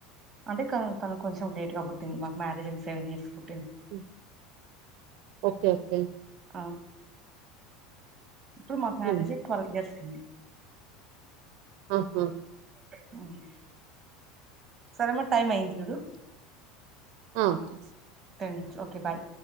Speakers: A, on the right (about 15°); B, on the right (about 55°).
A: అంటే తను కొంచెం లేట్ గా పుట్టింది మాకు మ్యారేజ్ అయినా సెవెన్ ఇయర్స్ పుట్టింది
B: హ్మ్ ఓకే ఓకే
A: ఆ ఇప్పుడు మాకు మ్యారేజ్
B: ఉమ్,
A: ట్వెల్వ్ ఇయర్స్ అయింది
B: ఆహా
A: హ్మ్ సరే మరి టైం అయ్యింది చూడు
B: ఆ ఓకే
A: తేన్చ్ ఓకే బాయ్